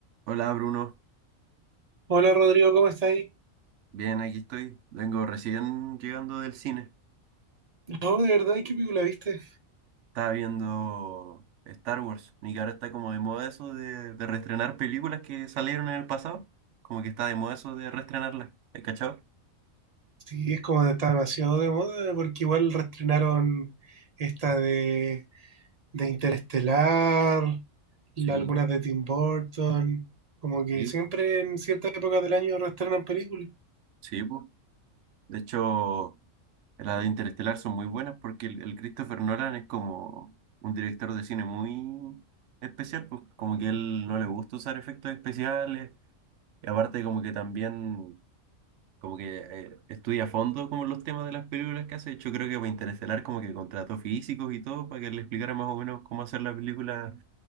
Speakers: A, on the right; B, on the right.
A: Hola Bruno,
B: Hola Rodrigo, ¿cómo estás ahí?
A: bien, aquí estoy. Vengo recién llegando del cine.
B: No, de verdad, ¿y qué película viste?
A: Estaba viendo Star Wars y que ahora está como de moda eso de, de reestrenar películas que salieron en el pasado. Como que está de moda eso de reestrenarlas. ¿Has cachado?
B: Sí, es como está demasiado de moda, porque igual reestrenaron esta de, de Interestelar,
A: Sí,
B: la- algunas de Tim Burton, como que
A: sí,
B: siempre en ciertas épocas del año reestrenan películas.
A: sí, pues. De hecho, las de Interestelar son muy buenas porque el, el Christopher Nolan es como un director de cine muy especial, pues como que él no le gusta usar efectos especiales. Y aparte como que también Como que eh, estudia a fondo como los temas de las películas que hace. De hecho, creo que para Interestelar como que contrató físicos y todo para que le explicara más o menos cómo hacer la película